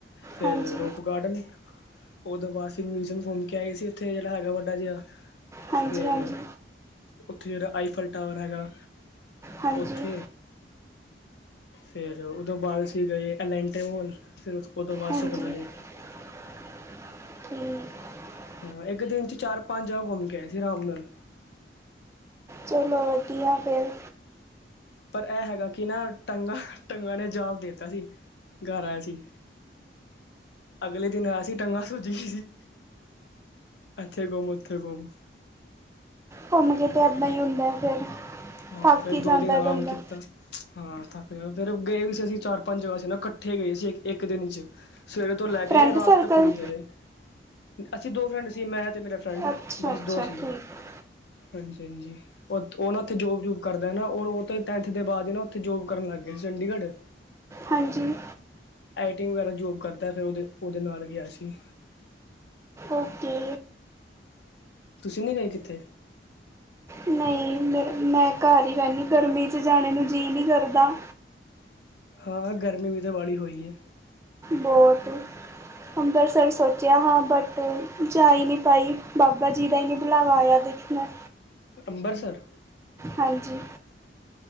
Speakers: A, on the left (about 70°); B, on the right (about 15°).
A: ਫਿਰ
B: ਹਾਂਜੀ
A: ਰੋਕ ਗਾਰਡਨ ਉਦੋਂ ਬਾਅਦ ਫੇਰ ਮਿਊਜ਼ੀਅਮ ਘੁੰਮ ਕੇ ਆਏ ਸੀ ਉੱਥੇ ਜਿਹੜਾ ਹੈਗਾ ਵੱਡਾ ਜਿਹਾ
B: ਹਾਂਜੀ
A: ਫੇਰ
B: ਹਾਂਜੀ
A: ਉੱਥੇ ਜਿਹੜਾ ਆਈਫਲ ਟਾਵਰ ਹੈਗਾ
B: ਹਾਂਜੀ
A: ਉੱਥੇ ਫਿਰ ਉਹ ਤੋਂ ਬਾਅਦ ਅਸੀਂ ਗਏ ਅਲਾਂਟੇਮੋਲ ਫਿਰ ਉਹ ਤੋਂ ਬਾਅਦ
B: ਹਾਂਜੀ
A: ਸੁਖਨਾ ਲੇਕ
B: ਠੀਕ
A: ਹਾਂ ਇੱਕ ਦਿਨ ਚ ਚਾਰ ਪੰਜ ਜਗ੍ਹਾ ਘੁੰਮ ਕੇ ਆਏ ਸੀ ਰਾਮ ਨਾਲ
B: ਚਲੋ ਵਧੀਆ ਫਿਰ
A: ਪਰ ਇਹ ਹੈਗਾ ਕਿ ਨਾ ਟੰਗਾ ਟੰਗਾਂ ਨੇ ਜਵਾਬ ਦੇਤਾ ਸੀ ਘਰ ਆਏ ਸੀ ਅਗਲੇ ਦਿਨ ਅਸੀਂ ਟੰਗਾਂ ਸੁਜ ਗਈ ਸੀ ਇੱਥੇ ਗੁਮ ਉੱਥੇ ਗੁੰਮ
B: ਘੁੰਮ ਕੇ ਤਾਂ ਇੱਦਾਂ ਹੀ ਹੁੰਦਾ ਫਿਰ
A: ਹਾਂ
B: ਥੱਕ
A: ਫੇਰ
B: ਹੀ
A: ਦੋ
B: ਜਾਂਦਾ
A: ਦਿਨ ਆਰਾਮ
B: ਬੰਦਾ
A: ਕੀਤਾ ਹਾਂ ਥੱਕ ਜਾ ਫਿਰ ਗਏ ਵੀ ਸੀ ਅਸੀਂ ਚਾਰ ਪੰਜ ਜਗ੍ਹਾ ਸੀ ਨਾ ਕੱਠੇ ਗਏ ਸੀ ਇੱਕ ਇੱਕ ਦਿਨ ਚ ਸਵੇਰੇ ਤੋਂ ਲੈ ਕੇ
B: ਫਰੈਂਡ
A: ਰਾਤ
B: ਸਰਕਲ
A: ਤੱਕ ਘੁੰਮਦੇ ਰਏ। ਅਸੀਂ ਦੋ ਫਰੈਂਡ ਸੀ ਮੈਂ ਤੇ ਮੇਰਾ ਫਰੈਂਡ,
B: ਅੱਛਾ
A: ਬਸ
B: ਅੱਛਾ
A: ਦੋ ਸੀ।
B: ਠੀਕ
A: ਹਾਂਜੀ- ਹਾਂਜੀ। ਓਥ ਓ ਨਾਂ ਉੱਥੇ ਜੋਬ-ਜੂਬ ਕਰਦੈ ਨਾ ਔਰ ਓ ਤੇ ਟੈਂਨਥ ਦੇ ਬਾਅਦ ਈ ਨਾ ਉੱਥੇ ਜੋਬ ਕਰਨ ਲੱਗ ਗਿਆ ਸੀ ਚੰਡੀਗੜ੍ਹ।
B: ਹਾਂਜੀ।
A: ਆਈਟਿੰਗ ਵਗੈਰਾ ਜੋਬ ਕਰਦੈ ਫੇਰ ਓਦੇ, ਓਦੇ ਨਾਲ ਗਿਆ ਸੀ।
B: ਓਕੇ।
A: ਤੁਸੀਂ ਨੀ ਗਏ ਕਿੱਥੇ?
B: ਨਈ ਮੇਰੇ - ਮੈਂ ਘਰ ਈ ਰੈਨੀ, ਗਰਮੀ ਚ ਜਾਣੇ ਨੂੰ ਜੀ ਈ ਨੀ ਕਰਦਾ।
A: ਹਾਂ, ਗਰਮੀ ਵੀ ਤਾਂ ਬਾੜੀ ਹੋਈ ਏ।
B: ਬੋਤ। ਅੰਬਰਸਰ ਸੋਚਿਆ ਹਾਂ ਬਟ ਜਾ ਈ ਨੀ ਪਾਈ, ਬਾਬਾ ਜੀ ਦਾ ਈ ਨੀ ਬੁਲਾਵਾ ਆਇਆ ਦੇ ਮੈਨੂੰ।
A: ਅੰਬਰਸਰ?
B: ਹਾਂਜੀ।